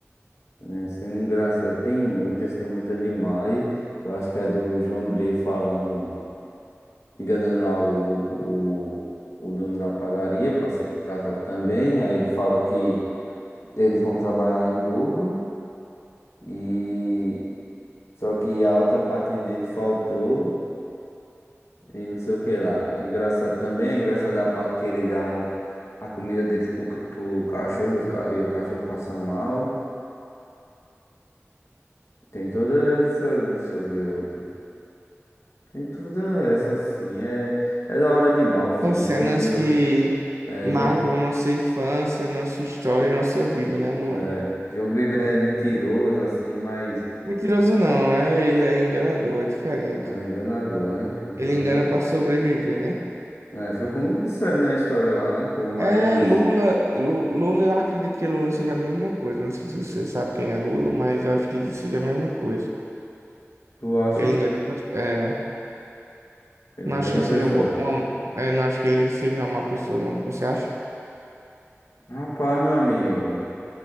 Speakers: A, on the left (about 70°); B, on the right (about 75°).
A: né, Sendo engraçado, tem muitas, tem muitas demais. Eu acho que é do João Grilo falando, enganando lá o, o, o dono da padaria para ser contratado também. Aí ele fala que eles vão trabalhar em dobro e só que a outra parte dele faltou e não sei o que lá. É Engraçado também, é engraçado a parte que ele dá uma, a comida deles pro, ca- pro cachorro e o, ca- e o cachorro passa mal. Tem toda essa. Deixa eu ver outra. Tem tudo essa assim. É, é da hora demais o filme.
B: São cenas
A: João Grilo
B: que
A: é,
B: marcam
A: João,
B: nossa infância, nossa história e nossa vida, né, meu mano?
A: é, João Grilo é mentiroso, assim, mas
B: Mentiroso não, né? Ele é enganador, é diferente.
A: é enganador, né? Mentiroso.
B: Ele engana pra sobreviver, né?
A: É, foi como disseram na história lá, né? Como Maria
B: É
A: disse.
B: Lula, Lu- Lula, eu acredito que Lula seja a mesma coisa. Não sei se você sabe quem é Lula, mas eu acho que ele seja a mesma coisa.
A: Tu acha
B: Ele engana pra, é,
A: que ele
B: não
A: engana
B: acho que ele
A: a pessoa?
B: seja um, bo- uma, é, não acho que ele seja uma má pessoa, não. Você acha?
A: Rapaz, meu amigo.